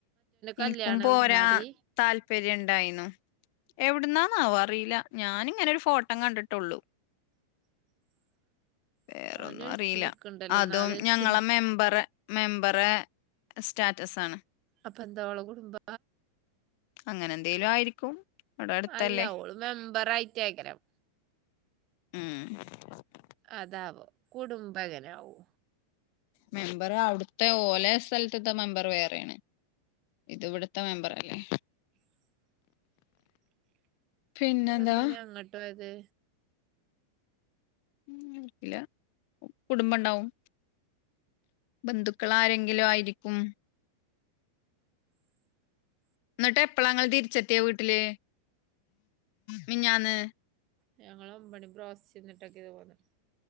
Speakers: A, on the left; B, on the right.
A: എനിക്കും
B: കല്യാണം
A: പോരാ
B: എവിടുന്നാടി
A: താല്പര്യണ്ടായിനു. എവിടുന്നാന്നാവോ അറിയില ഞാനിങ്ങനെ ഒരു ഫോട്ടം കണ്ടിട്ടൊള്ളു.
B: <inaudible>
A: വേറൊന്നും
B: അവന് വിളിച്ച്
A: അറിയില
B: നിക്കണ്ടല്ലോ
A: അതും
B: നാളെ വിളിച്ചില്
A: ഞങ്ങളെ മെമ്പറെ മെമ്പറെ സ്റ്റാറ്റസ് ആണ്.
B: അപ്പൊ എന്ത ഓളെ കുടുംബ?
A: അങ്ങനെ എന്തേലും ആയിരിക്കും. ഇവിടെ അടുത്തല്ലേ
B: അല്ല ഓള് മെമ്പറായിറ്റയ്ക്കാരം
A: ഉം
B: അതാവോ കുടുംബങ്ങനാവോ
A: മെമ്പറ് അവിട്ത്തെ ഓലെ സ്ഥൽത്ത്ത്തെ മെമ്പർ വേറെയാണ്. ഇതിവ്ടുത്തെ മെമ്പറല്ലേ?
B: <inaudible>
A: പിന്നെന്താ
B: ഇന്ന്ട്ടെന്താ പിന്നെ അങ്ങട്ടോയത്.?
A: <unintelligible> ല്ലാ കുടുംബണ്ടാവും. ബന്ധുക്കള് ആരെങ്കിലു ആയിരിക്കും.
B: <inaudible>
A: ഇന്ന്ട്ട് എപ്പളാങ്ങള് തിരിച്ചെത്തിയെ വീട്ടില് മിഞ്ഞാന്ന്.?
B: ഞങ്ങള് ഒമ്പണി ബ്രോസ്റ്റ്ന്ന്ട്ടെക്കേ പോന്ന്.